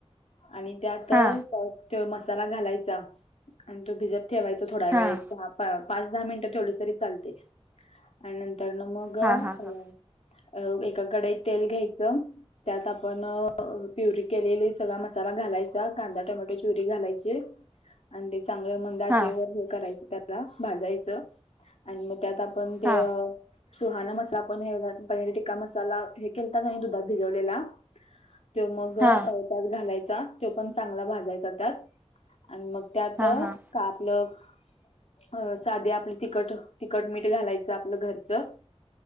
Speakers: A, on the left; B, on the right.
A: आणि त्यात,
B: हा
A: त्यात तो मसाला घालायचा आणि तो भिजत ठेवायच थोडा वेळ
B: हा हा
A: दहा पाच दहा मिनिटं ठेवलीस तरी चालते आणि नंतर न मग ग
B: हा हा
A: अ एका कडाईत तेल घ्यायचं. त्यात आपण प्युरी केलेली सगळा मसाला घालायचा कांदा टमॅटो प्युरी घालायची. आणि ते चांगलं मग दाचेवर
B: हा
A: हे करायचं भाजायचं आणि मग त्यात आपण ते
B: हा
A: सुहाणा मसा पण हे पनीर टिक्का मसाला हे केलता का नाही दुधात भिजवलेला त मग
B: हा
A: त्यात घालायचा तो पण चांगला भाजायचा त्यात. आणि मग त्यात
B: हा हा
A: का आपलं साधे आपली तिखट, तिखट मीठ घालायचं आपलं घरचं.